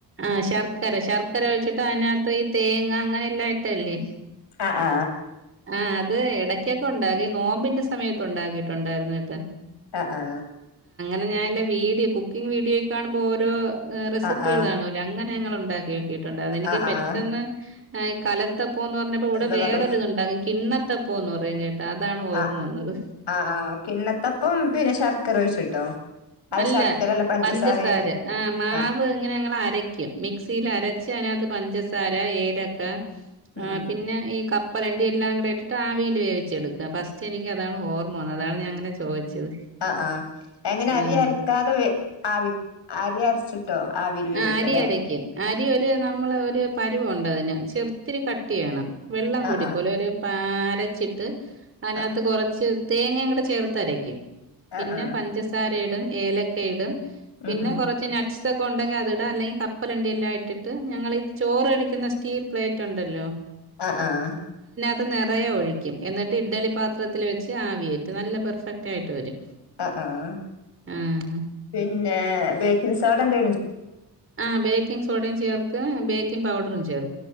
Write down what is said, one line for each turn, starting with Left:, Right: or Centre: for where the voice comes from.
Right: ആഹ ശർക്കര ശർക്കര ഒഴിച്ചിട്ട് അനാത്ത് ഈ തേങ്ങ അങ്ങനെ എല്ലായിട്ടല്ലേ
Left: ആ ആ
Right: ആ അത് ഇടക്കൊക്കെ ഉണ്ടാകി നോമ്പിന്റെ സ സമയത്ത് ഉണ്ടാക്കിയിട്ടുണ്ടായിരുന്നാ കേട്ട
Left: ആ ആ
Right: ഞാനെന്റെ വീഡിയോ കുക്കിഗ് വീഡിയോക്കെ കാണുമ്പോ ഓരോ റെസിപ്പികള്
Left: ആഹ് ആഹ്
Right: കാണൂല്ലേ അങ്ങനെ ഞങ്ങള് ഒ ണ്ടാക്കി കേട്ടിട്ടുണ്ട് അതെനിക്ക്
Left: ആഹ്
Right: പെട്ടെന്ന്
Left: ആഹ്
Right: ആ ഈ കലത്തപ് പോ എന്നു പറഞ്ഞപ്പോ ഇവിടെ
Left: എന്താ
Right: വേറൊരു
Left: പറ
Right: ഇതൊണ്ട് <unintelligible> കിണ്ണത്തപ് പ്പോന്നറയും കേട് അതാണ് ഓർമ്മ
Left: ആഹ്
Right: വന്നത്.
Left: ആഹ് ആഹ് കിണ്ണത്തപ്പം പിന്നെ ശർക്കര ഒഴിച്ചിട്ടോ
Right: അല്ല
Left: ശർക്കരല്ല പഞ്ചസാരയില്
Right: പഞ്ചസാര ആ മാവ്
Left: ആഹ്
Right: ഇങ്ങനെ ഞങ്ങൾ അരക്കും മിക്സിയിൽ അരച്ച് അതിനകത്ത് പഞ്ചസാര ഏലക്ക
Left: ഉം
Right: ആ
Left: ഉം
Right: പിന്നെ ഈ കപ്പലണ്ടി എല്ലാം കൂടെ ഇട്ടിട്ട് ആവീല് വേവിച്ചെടുക്കും ഫസ്റ്റ് എനിക്ക് അതാണ് ഓർമ്മവന്നത് അതാണ് ഞാ അങ്ങനെ ചോദിച്ചത്.
Left: ആഹ് എങ്ങനെ അരി
Right: ആഹ്
Left: അരക്കാതെ ആവി അരി അരച്ചിട്ടോ? ആവിയിൽ വേവിക്കല്ലേ
Right: ആഹ് അരി അരക്കും അരി ഒരു നമ്മള് ഒരു പരിവമുണ്ടതിന് ചെറുത്തിരി കട്ടി വേണം. വെള്ളം
Left: ആഹ്
Right: കൂടി പോവല്ല് ഒരു പ ആരച്ചിട്ട്
Left: ആഹ്
Right: അതിനത്ത് കൊറച്ച് തേങ്ങേ കൂടെ ചേർത്തരക്കും പിന്നെ
Left: ആഹ് ആഹ്
Right: പഞ്ചസാരഇടും ഏലക്കയിടും
Left: ഉം
Right: പിന്നെ
Left: ഉം
Right: കൊറച്ച് നട്ട്സ് ഒണ്ടെങ്കി അതിടാ അല്ലെങ്കി കപ്പലണ്ടി എല്ലാം ഇട്ടിട്ട് ഞങ്ങളി ഈ ചോറരക്കുന്ന സ്റ്റീൽ പ്ലേറ്റ് ഒണ്ടല്ലോ
Left: ആഹ് ആഹ്
Right: ത്ത്‌ നെറയെ ഒഴിക്കും എന്നി ട്ട് ഇഡ്ഡലി പാത്രത്തില് വെച്ച് ആവികേറ്റും നല്ല പെർഫക്റ്റ് ആയിട്ട് വരും
Left: ആഹ് ആഹ്
Right: ആഹ്
Left: പിന്നെ ബേക്കിംഗ് സോഡ എന്തെ
Right: ആ ബേക്കിംഗ് സോഡയും ചേർക്ക് ബേക്കിംഗ് പൗഡറും ചേർ